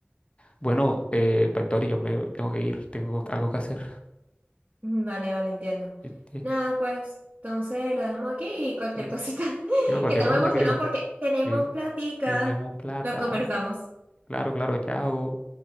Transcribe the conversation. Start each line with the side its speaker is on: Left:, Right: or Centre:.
Left: Bueno, eh, Factory, yo me tengo que ir, tengo algo que hacer.
Right: Vale, vale, entiendo.
Left: Este,
Right: Nada, pues entonces lo dejamos aquí y cualquier
Left: sí.
Right: cosita <laughs>
Left: Yo cualquier
Right: que estamos
Left: cosa
Right: emocionados
Left: te creo.
Right: porque tenemos
Left: Sí,
Right: platica.
Left: bien, plata.
Right: Lo conversamos.
Left: Claro, claro, chao.